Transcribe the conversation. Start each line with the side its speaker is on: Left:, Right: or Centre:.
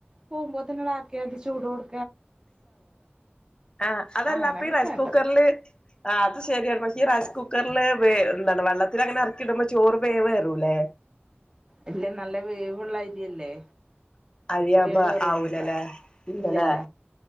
Right: പോവുംപോത്തിന് ആക്കിയാ മതി ചൂടോട്
Left: ആ അതല്ലപ്പ
Right: അങ്ങനൊക്കെ
Left: റൈസ്
Right: കാട്ടും
Left: കുക്കറില് അത് ശരിയാണ് പക്ഷേ ഈ റൈസ് കുക്കറില് വേ എന്താണ് വെള്ളത്തി അങ്ങനെ എറക്കി ഇടുമ്പോ ചോറ് വേവ് ഏറൂലേ
Right: ഇല്ല നല്ല വേവുള്ള അരിയല്ലേ
Left: അരിയാ
Right: വേവേറൊന്നുല്ല
Left: വുമ്പോ ആവൂലല്ലേ ഇല്ലല്ലേ
Right: ഇല്ലല്ല